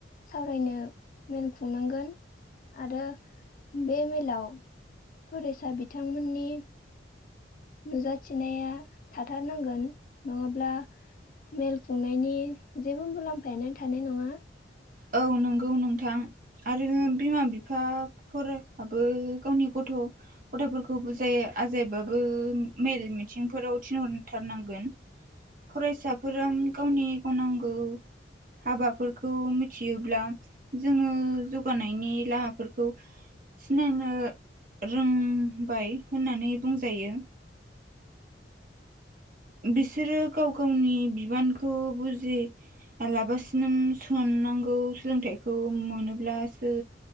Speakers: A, on the left (about 50°); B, on the right (about 50°).
A: सावरायनो मेल खुंनांगोन आरो बे मेलाव फरायसा बिथांमोननि नुजाथिनाया थाथारनांगोन नङाब्ला मेल खुंनायनि जेबो मुलाम्फायानो थानाय नङा ।
B: औ नंगौ नोंथां आरो बिमा बिफाफोराबो गावनि गथ गथफोरखौ बुजाय आजायबाबो मेल मिथिंफोराव थिनहरथारनांगोन फरायसाफोरा गावनि गावनांगौ हाबाफोरखौ मिथियोब्ला जोङो जौगानायनि लामाफोरखौ सिनायनो रोंबाय होननानै बुंजायो । बिसोरो गाव गावनि बिबानखौ बुजि लाबासिनो साननांगौ सोलोंथाइखौ मोनोब्लासो